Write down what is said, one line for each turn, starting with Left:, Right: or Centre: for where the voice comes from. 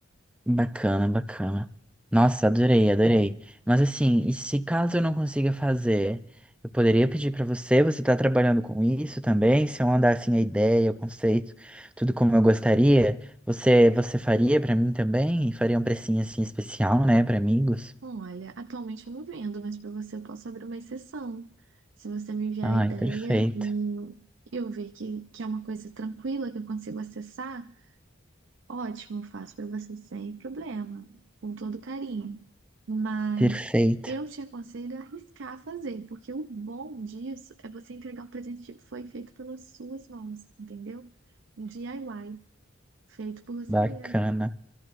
Centre: Bacana, bacana. Nossa, adorei, adorei. Mas assim, e se caso eu não consiga fazer, eu poderia pedir para você, você tá trabalhando com isso também? Se eu mandar assim a ideia, o conceito, tudo como eu gostaria, você você faria para mim também? E faria um precinho assim especial, né, para amigos?
Right: Olha, atualmente eu não vendo, mas para você eu posso abrir uma exceção. Se você me enviar
Centre: Ai,
Right: a ideia
Centre: perfeito.
Right: e eu ver que, que é uma coisa tranquila, que eu consigo acessar, ótimo, eu faço para você sem problema, com todo carinho. Mas
Centre: Perfeito.
Right: eu te aconselho a arriscar a fazer, porque o bom disso é você entregar um presente que foi feito pelas suas mãos, entendeu? Um DIY, feito por você
Centre: Bacana.
Right: mesmo.